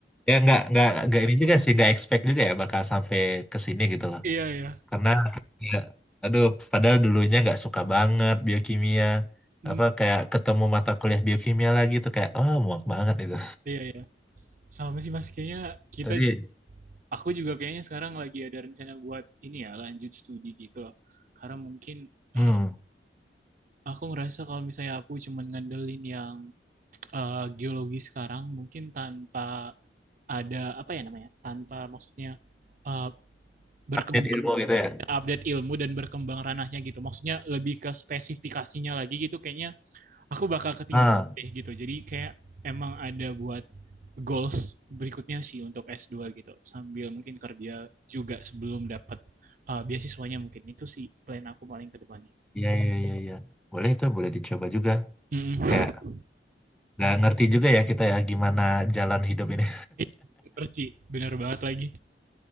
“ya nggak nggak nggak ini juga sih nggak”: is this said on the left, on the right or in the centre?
Centre